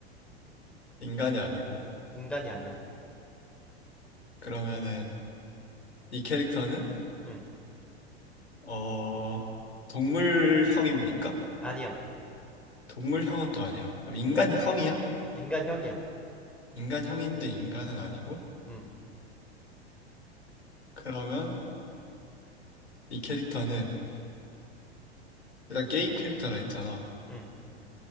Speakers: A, on the left; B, in the centre.
A: 인간이 아니고.
B: 인간이 아니야.
A: 그러면은 이 캐릭터는,
B: 음,
A: 어, 동물형입니까?
B: 아니야.
A: 동물형은 또 아니야. 그럼 인간형이야?
B: 음, 인간형이야.
A: 인간형인데 인간은 아니고.
B: 음,
A: 그러면 이 캐릭터는 일단 게임 캐릭터라 했잖아.
B: 음,